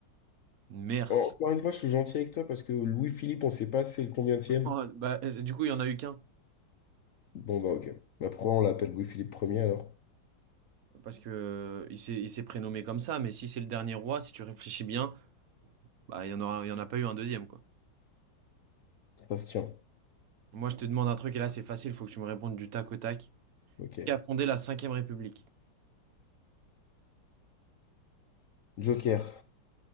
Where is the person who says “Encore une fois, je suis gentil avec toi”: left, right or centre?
Left